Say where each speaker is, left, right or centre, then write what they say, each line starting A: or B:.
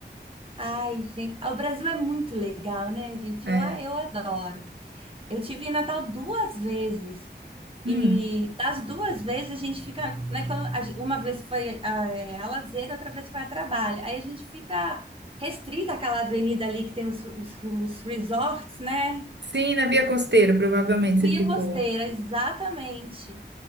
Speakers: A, on the right; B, on the right.
A: Ai, gente. ah, O Brasil é muito legal, né, gente?
B: É.
A: Eu, a- eu adoro. Eu tive em Natal duas vezes.
B: Hum.
A: E das duas vezes a gente fica, né? quando a gen- Uma vez foi ah, é, a lazer, outra vez foi a trabalho. Aí a gente fica restrita àquela avenida ali que tem os, os, os resorts, né?
B: Sim, na Via Costeira, provavelmente
A: Via
B: você ficou.
A: Costeira, exatamente.